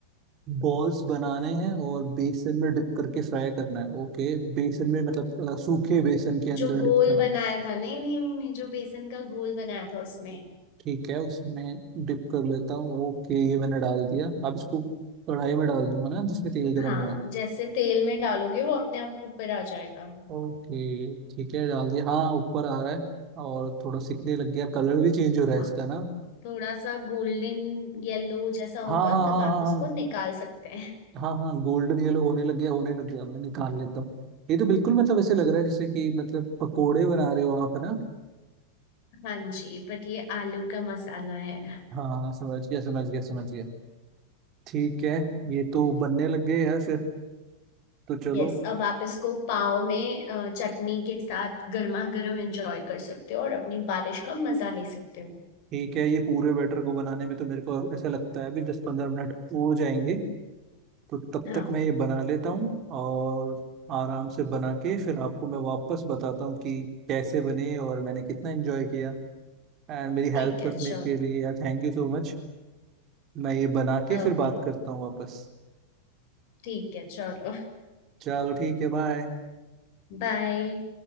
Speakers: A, on the right; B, on the left.
A: बॉल्स बनाने हैं और बेसन में डिप करके फ्राई करना है ओके बेसन में मतलब अ, सूखे बेसन के अंदर
B: जो घोल
A: डिप करना
B: बनाया था नहीं नहीं नहीं नहीं जो बेसन का घोल बनाया था उसमें
A: ठीक है उसमें डिप कर लेता हूँ ओके ये मैंने डाल दिया अब इसको कढ़ाई में डाल दूंगा ना जिसमें तेल गर्म
B: हाँ
A: हुआ है
B: जैसे तेल में डालोगे वो अपने आप ऊपर आ जाएगा
A: ओके ठीक है डाल दिया हाँ ऊपर आ रहा है और थोड़ा सिकने लग गया कलर भी चेंज हो रहा है
B: हाँ
A: इसका ना
B: थोड़ा सा गोल्डन येलो जैसा होगा
A: हाँ हाँ
B: तब
A: हाँ
B: आप
A: हाँ
B: इसको
A: हाँ
B: निकाल सकते हैं
A: हाँ हाँ गोल्डन येलो होने लग गया होने लग गया अब मैं निकाल लेता हूँ ये तो बिल्कुल मतलब ऐसे लग रहा है जैसे कि मतलब पकोड़े बना रहे हो आप है ना
B: हाँ जी बट ये आलू का मसाला है
A: हाँ समझ गया समझ गया समझ गया ठीक है ये तो बनने लग गए यार फिर तो चलो
B: यस अब आप इसको पाव में अ, चटनी के साथ गर्मा गर्म एंजॉय कर सकते हो और अपनी बारिश का मजा ले सकते हो
A: ठीक है ये पूरे बैटर को बनाने में तो मेरे को ऐसा लगता है अभी दस पंद्रह मिनट हो जाएंगे तो तब
B: हाँ
A: तक मैं ये बना लेता हूँ और आराम से बना के फिर आपको मैं वापस बताता हूँ कि कैसे बने और मैंने कितना एंजॉय किया एंड मेरी
B: ठीक
A: हेल्प
B: है
A: करने
B: चलो
A: के लिए यार थैंक यू सो मच मैं ये बना के फिर
B: ओके
A: बात करता हूँ वापस
B: ठीक है चलो
A: चलो ठीक है बाय
B: बाय